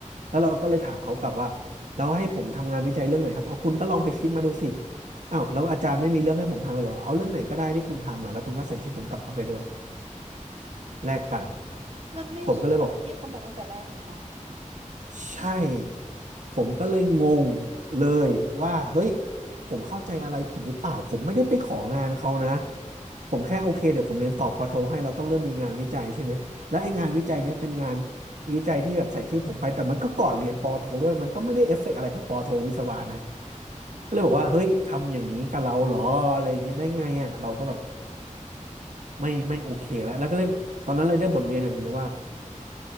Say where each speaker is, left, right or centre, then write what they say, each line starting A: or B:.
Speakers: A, on the right; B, on the right.
A: แล้วเราก็เลยถามเขากลับว่าเราให้ผมทำงานวิจัยเรื่องไหนครับเอาคุณก็ลองไปคิดมาดูสิอ้าวแล้วอาจารย์ไม่มีเรื่องให้ผมทำเหรอเอาเรื่องไหนก็ได้ที่คุณทำมาแล้วคุณก็ใส่ชื่อผมกลับเข้าไปด้วยแลกกัน
B: มันไม่ใช่แบบที่เขาบอกตั้งแต่แรกนี่ค่ะ
A: ผมก็เลยบอก ใช่ผมก็เลยงงเลยว่าเฮ้ยผมเข้าใจอะไรผิดหรือเปล่าผมไม่ได้ไปของานเขานะผมแค่โอเคเดี๋ยวผมเรียนต่อปอโทให้เราต้องเริ่มมีงานวิจัยใช่ไหมและไอ้งานวิจัยเนี้ยเป็นงานวิจัยที่แบบใส่ชื่อผมไปแต่มันก็ก่อนเรียนปอโทด้วยมันก็ไม่ได้เอฟเฟกต์อะไรกับปอโทวิศวะนะก็เลยบอกว่าเฮ้ยทำอย่างนี้กับเราเหรออะไรเงี้ยได้ไงอ่ะเราก็แบบไม่ไม่โอเคแล้วแล้วก็เลยตอนนั้นเลยได้บทเรียนอย่างหนึ่งเลยว่า